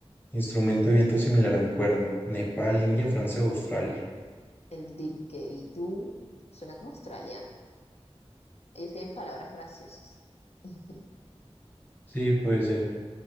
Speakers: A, on the left (about 20°); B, on the left (about 70°).
A: Instrumento de viento similar a un cuerno. Nepal, India, Francia, o Australia.
B: El didgeridoo suena como australiano. Ellos tienen palabras graciosas. <laughs>
A: Sí, puede ser.